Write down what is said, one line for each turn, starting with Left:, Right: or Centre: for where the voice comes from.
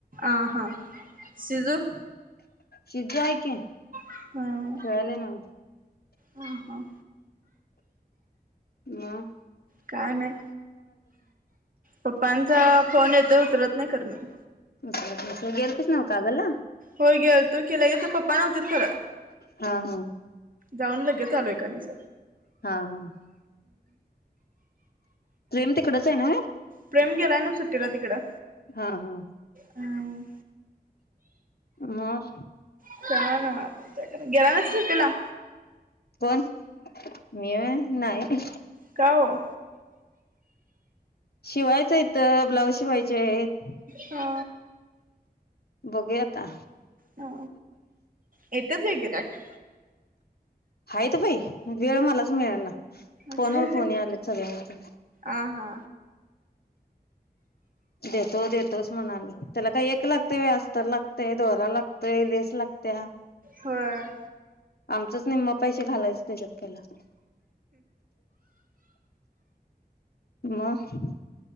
Right: आ हा सिजू
Left: शिज्जू आहे की
Right: हा
Left: खेळालय नव्ह
Right: ह हा
Left: म
Right: काय नाही पप्पांचा फोन येतोय उचलत नाही करमत
Left: <inaudible> गेलतीस नव्ह कागलला?
Right: होय गेलतो की लई पप्पा नव्हतीत खर
Left: हा हा
Right: जाऊन लगेच आलो एका दिवसा
Left: हा हा प्रेम तिकडच आहे नव्हे
Right: प्रेम गेलाय ना सुट्टीला तिकडं
Left: हा हा
Right: हम्म
Left: मग
Right: हा ना गेला नाहीस सुट्टी ला
Left: कोण मी होय नाही
Right: का ओ
Left: शिवायचं इथं ब्लाऊज शिवायचे आहेत
Right: हा
Left: बघूया ता
Right: हा, येत्यात काय गिऱ्हायाक?
Left: हायत बई वेळ मलाच मिळना फोन
Right: असं हाय
Left: वर
Right: व्हय
Left: फोन यायलेत सगळ्यांचे
Right: आ हा
Left: देतो देतोच म्हणाले त्याला काय एक लागतय होय अस्तर लाग दोरा लागतय लेस लागत्या
Right: होय
Left: आमचच निम्म पैशे घालायच त्याच्यात पहिला मग